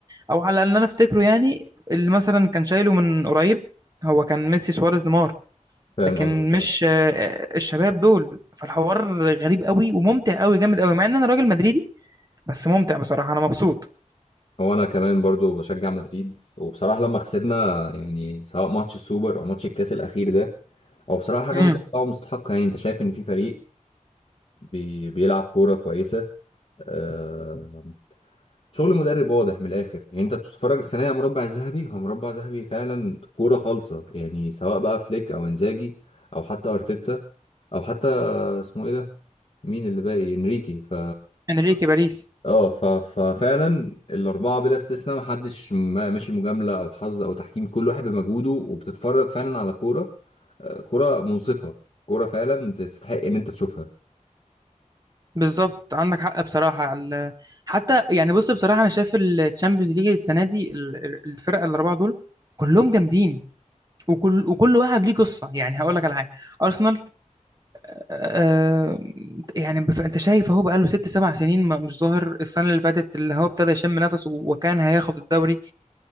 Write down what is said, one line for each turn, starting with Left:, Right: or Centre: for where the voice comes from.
Right: أو على اللي أنا أفتكره يعني اللي مثلا كان شايله من قريب هو كان ميسي سواريز نيمار
Left: فاهم
Right: لكن
Left: قصدك
Right: مش
Left: آه.
Right: آه، آه، الشباب دول فالحوار غريب قوي وممتع قوي جامد قوي مع إن أنا راجل مدريدي بس ممتع بصراحة أنا مبسوط
Left: هو انا كمان برضو بشجع مدريد وبصراحه لما خسرنا يعني سواء ماتش السوبر او ماتش الكاس الاخير ده هو بصراحه حاجه
Right: امم
Left: متوقعه ومستحقه يعني انت شايف ان في فريق بي بيلعب كوره كويسه آه شغل مدرب واضح من الاخر يعني انت تتفرج السنه دي على مربع ذهبي هو مربع ذهبي فعلا كوره خالصه يعني سواء بقى فليك او انزاجي او حتى ارتيتا او حتى اسمه ايه ده مين اللي باقي انريكي ف
Right: انريكي باريس
Left: اه ف- ففعلا الاربعه بلا استثناء محدش ما- ماشي مجامله او حظ او تحكيم كل واحد بمجهوده وبتتفرج فعلا على كوره آه، كوره منصفه كوره فعلا تستحق ان انت تشوفها
Right: بالظبط عندك حق بصراحة ال- حتى يعني بص بصراحة أنا شايف الشامبيونز ليج السنة دي ال- ال- الفرق الأربعة دول كلهم جامدين وكل وكل واحد ليه قصة يعني هقول لك على حاجة أرسنال آه، يعني بف- انت شايف اهو بقاله ست سبع سنين ما- مش ظاهر السنه اللي فاتت اللي هو ابتدى يشم نفسه وكان هياخد الدوري